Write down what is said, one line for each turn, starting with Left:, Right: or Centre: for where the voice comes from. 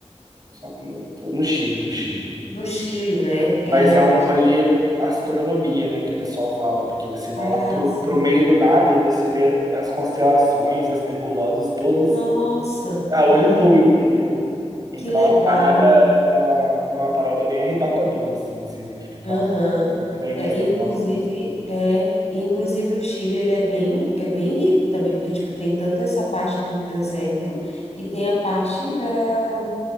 Right: só um minuto, no Chile, no Chile.
Left: No Chile, né? É.
Right: Mas é um rolê astronomia, né, que o pessoal fala, porque você vai
Left: Ah,
Right: lá pro,
Left: sim.
Right: pro meio do nada e você vê as constelações, as nebulosas, todas
Left: Nossa,
Right: a olho
Left: aham.
Right: nu, entendeu? Então,
Left: Que legal.
Right: a parada, é uma, é uma parada bem arrebatadora, assim, você ficar
Left: Aham.
Right: lá, da imensidão.
Left: É, inclusive, é, inclusive o Chile, ele é bem, é bem rico também, porque, tipo, tem tanto essa parte do deserto e tem a parte da,